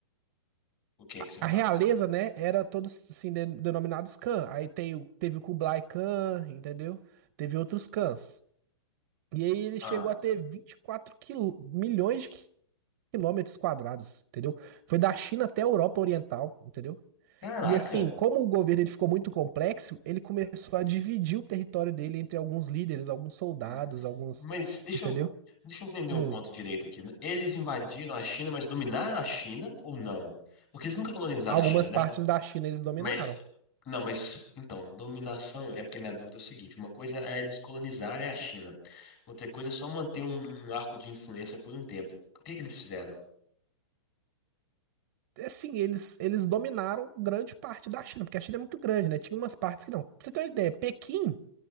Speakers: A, on the left; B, on the right.
A: o que que você
B: a
A: fala?
B: realeza, né? Era todos, assim, de- denominados Khan. Aí tem, o- teve o Kublai Khan, entendeu? Teve outros Khans. E aí ele chegou
A: Ah,
B: a ter 24 quil- milhões de quilômetros quadrados, entendeu? Foi da China até a Europa Oriental, entendeu?
A: caraca.
B: E assim, como o governo ele ficou muito complexo, ele começou a dividir o território dele entre alguns líderes, alguns soldados,
A: Hum.
B: alguns,
A: Mas deixa
B: entendeu?
A: eu, deixa eu entender um
B: Hum.
A: ponto direito aqui. Eles invadiram a China, mas dominaram a China ou não? Porque eles nunca colonizaram
B: Algumas
A: a China, né?
B: partes da China eles dominaram.
A: Mas Não, mas então, dominação é porque minha dúvida é o seguinte: uma coisa é eles colonizarem a China, outra coisa é só manter um, um arco de influência por um tempo. O que que eles fizeram?
B: Assim, eles, eles dominaram grande parte da China, porque a China é muito grande, né? Tinha umas partes que não. Pra você ter uma ideia, Pequim